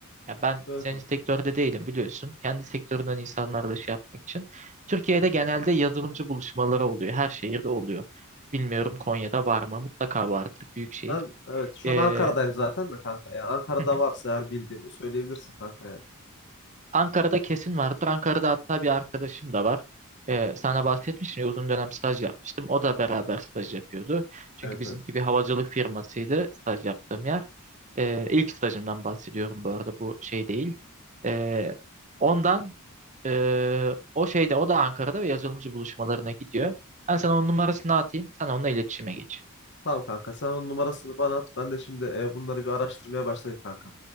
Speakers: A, on the right; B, on the left.
A: Ya ben
B: Böyle
A: senin
B: kanka.
A: sektörde değilim biliyorsun. Kendi sektöründen insanlarla şey yapmak için. Türkiye'de genelde yazılımcı buluşmaları oluyor. Her şehirde oluyor. Bilmiyorum
B: Hı hı.
A: Konya'da var mı? Mutlaka vardır. Büyük şehir.
B: Ben evet şu
A: E,
B: an Ankara'dayım zaten de kanka. Yani Ankara'da
A: <laughs>
B: varsa eğer bildiğini söyleyebilirsin kanka yani.
A: Ankara'da kesin vardır. Ankara'da hatta bir arkadaşım da var. Ee, sana bahsetmiştim ya uzun dönem staj yapmıştım. O da beraber staj yapıyordu. Çünkü
B: Evet
A: bizimki
B: evet.
A: bir havacılık firmasıydı staj yaptığım yer. Ee, ilk stajımdan bahsediyorum bu arada bu şey değil. Ee, ondan ee, o şeyde o da Ankara'da ve yazılımcı buluşmalarına gidiyor. Ben sana onun numarasını atayım. Sen onunla iletişime geç.
B: Tamam kanka sen onun numarasını bana at. Ben de şimdi e, bunları bir araştırmaya başlayayım kanka.